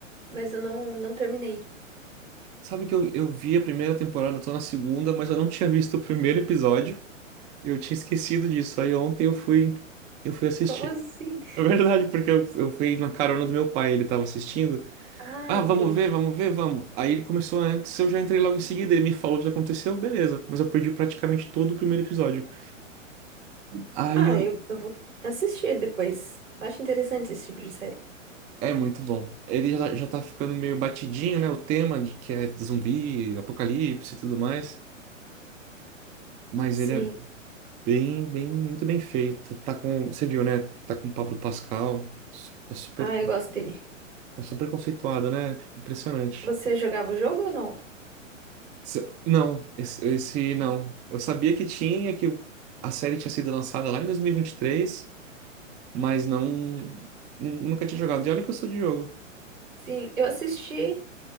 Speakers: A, on the right; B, on the right.
A: mas eu não, não terminei.
B: Sabe que eu, eu vi a primeira temporada, tô na segunda, mas eu não tinha visto o primeiro episódio. Eu tinha esquecido disso. Aí ontem eu fui, eu fui assistir.
A: Como assim?
B: <laughs> É verdade, porque eu, eu fui na carona do meu pai, ele tava assistindo.
A: Ah,
B: Ah,
A: entendi.
B: vamos ver, vamos ver, vamos. Aí ele começou antes, eu já entrei logo em seguida, ele me falou o que aconteceu, beleza. Mas eu perdi praticamente todo o primeiro episódio. Aí
A: Ah,
B: eu,
A: eu, eu vou assistir depois. Eu acho interessante esse tipo de série.
B: É muito bom. Ele já, já tá ficando meio batidinho, né? O tema de que é zumbi, apocalipse e tudo mais. Mas
A: Sim.
B: ele é bem, bem, muito bem feito. Tá com, você viu, né? Tá com o Pablo Pascal. Tá super,
A: Ah, eu gosto dele.
B: tá super conceituado, né? Impressionante.
A: Você jogava o jogo ou não?
B: Se- Não, esse, esse não.
A: Não.
B: Eu sabia que tinha, que a série tinha sido lançada lá em 2023, mas não, nu- nunca tinha jogado. E olha que eu sou de jogo.
A: Sim, eu assisti